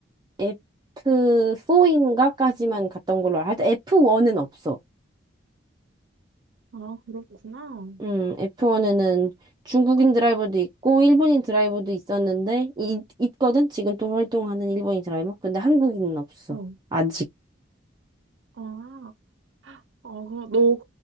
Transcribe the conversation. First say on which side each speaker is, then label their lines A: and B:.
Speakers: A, on the right; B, on the right.
A: F4인가까지만 갔던 걸로 알아. 하여튼 F1은 없어.
B: 아, 그렇구나.
A: 음, F1에는 중국인 드라이버도 있고 일본인 드라이버도 있었는데 이, 있거든? 지금 또 활동하는 일본인 드라이버. 근데 한국인은 없어.
B: 어.
A: 아직.
B: 아. 아, 그- 너,